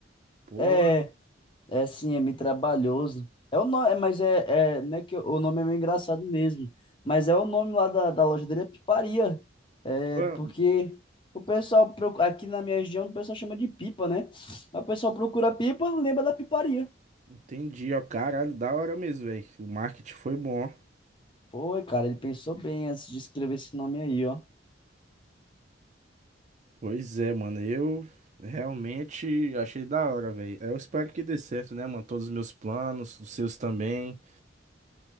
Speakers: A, on the right; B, on the left.
A: Pô,
B: É, É sim, é meio trabalhoso. É o nome, mas é, é, né, que o nome é meio engraçado mesmo. Mas é o nome lá da, da loja dele é Piparia. É
A: pô.
B: porque o pessoal procu- aqui na minha região o pessoal chama de pipa, né? Aí O pessoal procura pipa, lembra da Piparia.
A: Entendi, ó. Caralho, da hora mesmo, velho. O marketing foi bom.
B: Foi, cara, ele pensou bem antes de escrever esse nome aí, ó.
A: Pois é, mano, eu realmente achei da hora, velho. Eu espero que dê certo, né, mano? Todos os meus planos, os seus também,